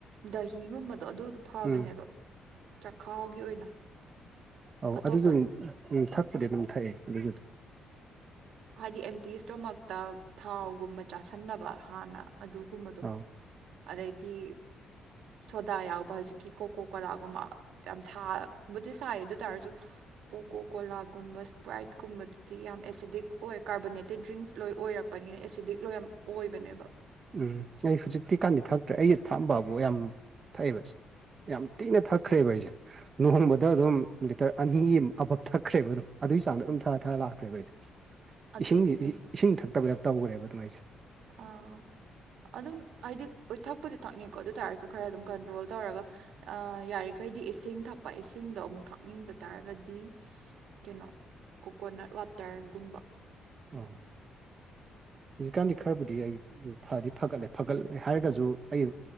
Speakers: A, on the right; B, on the right.
A: ꯗꯍꯤꯒꯨꯝꯕꯗꯣ ꯑꯗꯨꯗꯨ ꯐꯕꯅꯦꯕ
B: ꯎꯝ
A: ꯆꯥꯈꯥꯎꯒꯤ ꯑꯣꯏꯅ
B: ꯑꯧ
A: ꯑꯇꯣꯞꯄ
B: ꯑꯗꯨꯗ ꯑꯗꯨꯝ ꯎꯝ ꯊꯛꯄꯗꯤ ꯑꯗꯨꯝ ꯊꯛꯑꯦ ꯑꯗꯨꯗꯣ
A: ꯍꯥꯏꯗꯤ ꯑꯦꯝꯇꯤ ꯏꯁꯇꯣꯃꯥꯛꯇ ꯊꯥꯎꯒꯨꯝꯕ ꯆꯥꯁꯟꯗꯕ ꯍꯥꯟꯅ ꯑꯗꯨꯒꯨꯝꯕꯗꯣ
B: ꯑꯧ
A: ꯑꯗꯩꯗꯤ ꯁꯣꯗꯥ ꯌꯥꯎꯕ ꯍꯧꯖꯤꯛꯀꯤ ꯀꯣꯀꯣ ꯀꯣꯂꯥꯒꯨꯝꯕ ꯌꯥꯝ ꯁꯥꯕꯨꯗꯤ ꯁꯥꯏ ꯑꯗꯨ ꯇꯥꯔꯁꯨ ꯀꯣꯀꯣ ꯀꯣꯂꯥꯒꯨꯝꯕ ꯁ꯭ꯄ꯭ꯔꯥꯏꯠ ꯀꯨꯝꯕꯗꯨꯗꯤ ꯌꯥꯝ ꯑꯦꯁꯤꯗꯤꯛ ꯑꯣꯏ ꯀꯥꯔꯕꯣꯅꯦꯇꯤꯛ ꯗ꯭ꯔꯤꯡꯁ ꯂꯣꯏ ꯑꯣꯏꯔꯛꯄꯅꯤꯅ ꯑꯦꯁꯤꯗꯤꯛ ꯂꯣꯏ ꯌꯥꯝ ꯑꯣꯏꯕꯅꯦꯕ
B: ꯎꯝ ꯑꯩ ꯍꯧꯖꯤꯛꯇꯤ ꯀꯥꯟꯗꯤ ꯊꯛꯇ꯭ꯔꯦ ꯑꯩꯒꯤ ꯊꯛꯑꯝꯕꯕꯨ ꯌꯥꯝ ꯊꯛꯑꯦꯕ ꯏꯁ ꯌꯥꯝ ꯇꯤꯅ ꯊꯛꯈ꯭ꯔꯦꯕ ꯑꯩꯖꯦ ꯂꯨꯍꯣꯡꯕꯗ ꯑꯗꯨꯝ ꯂꯤꯇꯔ ꯑꯅꯤ ꯑꯕꯥꯞ ꯊꯛꯈ꯭ꯔꯦꯕ ꯑꯗꯨꯝ ꯑꯗꯨꯒꯤ ꯆꯥꯡꯗ ꯑꯗꯨꯝ ꯊꯥ ꯊꯥꯑ ꯂꯥꯛꯈ꯭ꯔꯦꯕ ꯑꯩꯁꯦ
A: ꯑꯗꯨꯒꯤꯅꯦ
B: ꯏꯁꯤꯡꯖꯦ ꯏ ꯏꯁꯤꯡ ꯊꯛꯇꯕꯩ ꯗꯥꯞ ꯇꯧꯒ꯭ꯔꯦꯕ ꯑꯗꯨꯝ ꯑꯩꯖꯦ
A: ꯑꯥ ꯑꯗꯨꯝ ꯍꯥꯏꯗꯤ ꯑꯣꯏꯊꯛꯄꯗꯤ ꯊꯛꯅꯤ ꯀꯣ ꯑꯗꯨ ꯇꯥꯔꯁꯨ ꯈꯔ ꯑꯗꯨꯝ ꯀꯟꯇ꯭ꯔꯣꯜ ꯇꯧꯔꯒ ꯑꯥ ꯌꯥꯔꯤꯈꯩꯗꯤ ꯏꯁꯤꯡ ꯊꯛꯄ ꯏꯁꯤꯡꯗꯣ ꯑꯃꯨꯛ ꯊꯛꯅꯤꯡꯗ ꯇꯥꯔꯒꯗꯤ ꯀꯩꯅꯣ ꯀꯣꯀꯣꯅꯠ ꯋꯥꯇꯔꯒꯨꯝꯕ
B: ꯑꯥꯎ ꯍꯧꯖꯤꯛꯀꯥꯟꯗꯤ ꯈꯔꯕꯨꯗꯤ ꯑꯩ ꯐꯗꯤ ꯐꯒꯠꯂꯦ ꯐꯒꯠꯂꯦ ꯍꯥꯏꯔꯒꯖꯨ ꯑꯩ